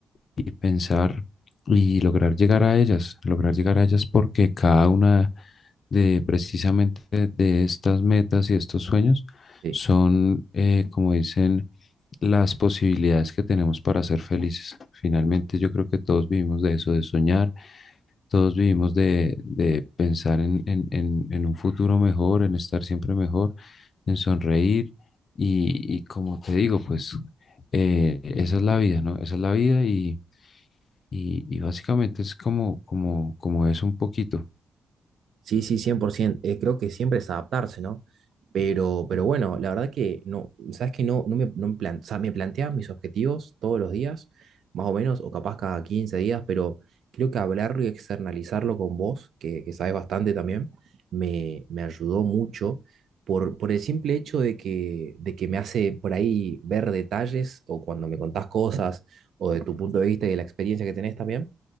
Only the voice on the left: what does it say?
y pensar y lograr llegar a ellas, lograr llegar a ellas porque cada una de precisamente de estas metas y estos sueños
son, eh, como dicen, las posibilidades que tenemos para ser felices. Finalmente, yo creo que todos vivimos de eso, de soñar, todos vivimos de, de pensar en, en, en- en un futuro mejor, en estar siempre mejor, en sonreír y, y como te digo, pues eh, esa es la vida, ¿no? Esa es la vida y, y- y básicamente es como, como, como es un poquito.